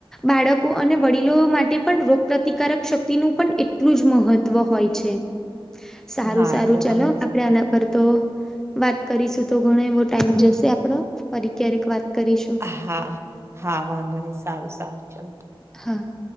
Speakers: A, in the centre; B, on the right (about 30°).
A: બાળકો અને વડીલો માટે પણ રોગ પ્રતિકારક શક્તિનું પણ એટલું જ મહત્વ હોય છે. સારું,
B: હા
A: સારું
B: એ તો
A: ચાલો
B: તમે
A: આપડે આના પર તો વાત કરીશું તો ઘણો એવો ટાઈમ જશે આપડ ફરી ક્યારેક વાત કરીશું.
B: હા, હા વાંધો નહી. સારું, સારું ચલો.
A: હા.